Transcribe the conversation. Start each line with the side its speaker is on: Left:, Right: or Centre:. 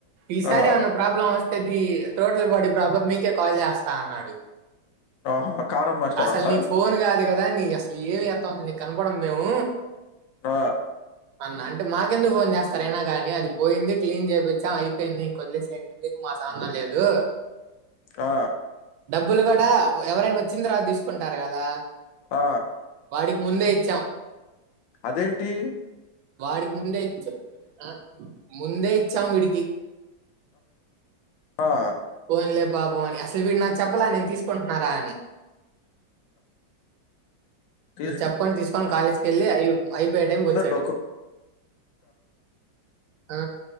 Right: ఈసారీమన్న
Left: ఆ!
Right: ప్రాబ్లం వస్తేది టోటల్ బాడీ ప్రాబ్లం మీకే కాల్ చేస్తా అన్నాడు
Left: ఆహా! కారమ్మేస్తాడంట.
Right: అసలు ని ఫోన్ కాద్ కదా నీ అసలు ఏమి చేస్తాం అసలు నీకు కనపడం మేము
Left: ఆ
Right: అన్న అంటే మాకెందుకు ఫోన్ చేస్తారయినా గానీ అది పోయింది క్లీన్ చేపిచాం అయిపోయింది ఇంక వదిలేసయండి మీకు సంబంధం లేదు
Left: ఆ
Right: డబ్బులు కూడా ఎవరైనా వచ్చిన్ తర్వాత తీసుకుంటారు గదా
Left: ఆ
Right: అడికి ముందే ఇచ్చాం
Left: అదేంటీ
Right: వాడికి ముందే ఇచ్చా ముందే ఇచ్చాము వీడికి
Left: ఆ
Right: పోనులే పాపమని అస్లు వీడు నాకు చెప్పలే నేను తీసుకుంటున్నారా అని
Left: తీసుకుంది
Right: ఈ చెప్పకుండా తీసుకొని కాలేజ్కి వెళ్ళి అయి అయిపోయే టైంకి వచ్చాడు
Left: డొక్కు
Right: ఆ